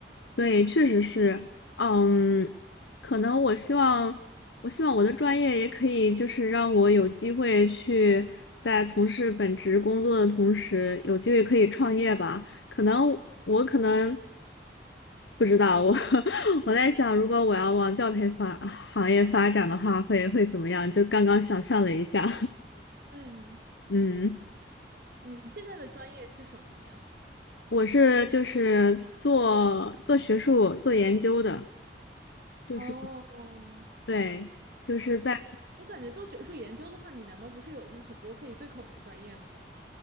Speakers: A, on the left; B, on the right.
A: 对，确实是，嗯，可能我希望，我希望我的专业也可以，就是让我有机会去在从事本职工作的同时，有机会可以创业吧。可能我可能不知道，我 <laughs> 我在想，如果我要往教培发行业发展的话，会会怎么样？就刚刚想象了一下，
B: 嗯，
A: <laughs> 嗯，
B: 你现在的专业是什么呀？
A: 我是就是做做学术、做研究的，就是
B: 哦，
A: 对。就是在。
B: 我感觉做学术研究的话，你难道不是有那很多可以对口的专业吗？